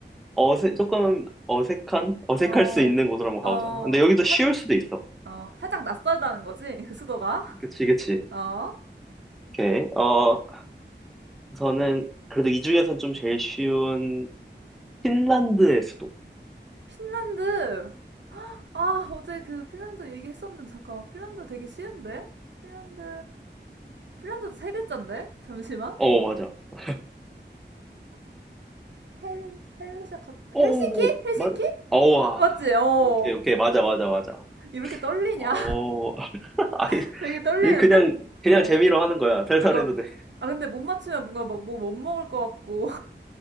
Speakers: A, in the centre; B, on the right (about 70°).
A: 어색, 조금 어색한? 어색할
B: 어어
A: 수 있는 곳으로 한번 가보자. 근데 여기도 쉬울
B: 살,
A: 수도 있어.
B: 어, 살짝 낯설다는 거지 그 수도가
A: 그치, 그치.
B: 어음
A: 오케이. 어, 우선은, 그래도 이 중에서는 좀 제일 쉬운, 핀란드의 수도.
B: 핀란드 아, 어제 그 핀란드 얘기했었는데, 잠깐만. 핀란드 되게 쉬운데? 핀란드, 핀란드도 세 글자인데? 잠시만.
A: 어, 맞아. 어,
B: 헬, 헬로 시작한,
A: 어,
B: 헬싱키?
A: 어,
B: 헬싱키?
A: 맞아. 어, 와.
B: 맞지? 어.
A: 오케이, 오케이. 맞아, 맞아, 맞아.
B: 이렇게 떨리냐?
A: 어, <laughs> 아이,
B: <laughs> 되게 떨리는데?
A: 이 그냥 그냥
B: 어.
A: 재미로 하는 거야. 살살해도
B: 약간,
A: 돼.
B: 아, 근데 못 맞추면 뭔가 막 뭐 못 먹을 것 같고,